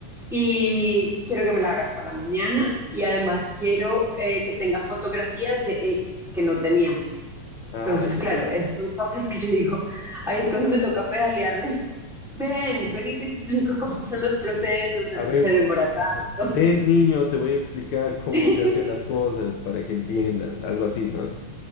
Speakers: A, in the centre; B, on the left.
A: y quiero que me la hagas para mañana y además quiero eh, que tenga fotografías de X que no teníamos.
B: Ah,
A: Entonces,
B: ya.
A: claro, esas son cosas que yo digo, ahí es cuando me toca pedalearle. <laughs> Ven, ven y te explico cómo son los procesos, esto
B: A ver,
A: se demora tanto.
B: <laughs> ven niño, te voy a explicar cómo
A: <laughs>
B: se hacen las cosas para que entiendas, algo así, ¿no?